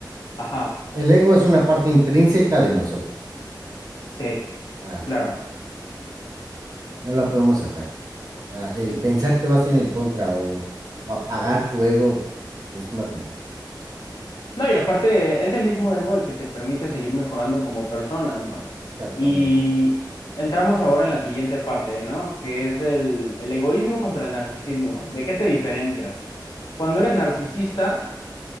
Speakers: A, on the left; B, on the right.
A: ajá,
B: El ego es una parte intrínseca de nosotros.
A: sí,
B: O sea,
A: claro.
B: no la podemos sacar. O sea, el pensar que vas a ir en contra o, o apagar tu ego es una tontería.
A: No, y aparte es el mismo ego el que te permite seguir mejorando como persona, ¿no?
B: Exactamente.
A: Y entramos ahora en la siguiente parte, ¿no? Que es el, el egoísmo contra el narcisismo. ¿De qué te diferencias? Cuando eres narcisista,